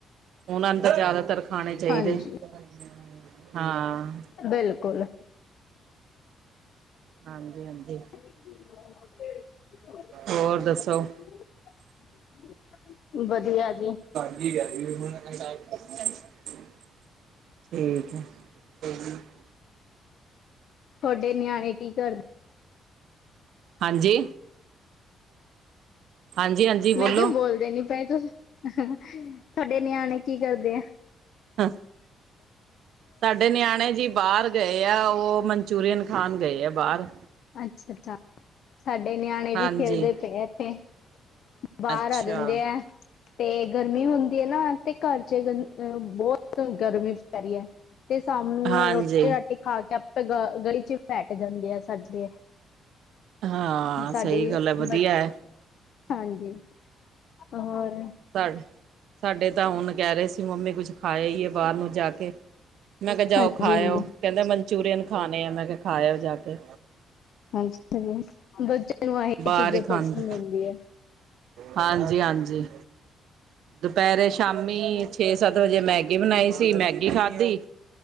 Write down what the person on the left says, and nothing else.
ਹਾਂਜੀ
ਬਿਲਕੁਲ
<unintelligible>
ਅਤੇ ਵਧੀਆ ਜੀ
ਤੁਹਾਡੇ ਨਿਆਣੇ ਕੀ ਕਰ
ਮੈਂ
ਕਿਹਾ ਬੋਲਦੇ ਨੀ ਪਏ ਤੂਸ, ਤੁਹਾਡੇ ਨਿਆਣੇ ਕੀ ਕਰਦੇ ਆ
ਅੱਛਾ ਅੱਛਾ ਸਾਡੇ ਨਿਆਣੇ
ਵੀ ਖੇਲਦੇ ਪਏ ਇੱਥੇ ਬਾਹਰ
ਆ ਜਾਂਦੇ ਹੈ। ਤੇ ਗਰਮੀ ਹੁੰਦੀ ਹੈ ਨਾ ਤੇ ਘਰ 'ਚ, ਬਹੁਤ ਗਰਮੀ ਪੈ ਰਹੀ ਹੈ। ਤੇ ਸਾਮ ਨੂੰ
ਰੋਟੀ-ਰਾਟੀ ਖਾ ਕੇ ਆਪੇ ਗਲੀ 'ਚ ਬੈਠ ਜਾਂਦੇ ਆ ਸਾਡੇ
ਸਾਡੇ
ਬ
ਹਾਂਜੀ, ਹੋਰ?
ਹਾਂਜੀ
ਹਾਂਜੀ
ਹਾਂਜੀ- ਹਾਂਜੀ। ਬੱਚਿਆਂ ਨੂੰ ਆਹੀ
ਚੀਜ਼ਾਂ
ਪਸੰਦ ਹੁੰਦੀ ਹੈ।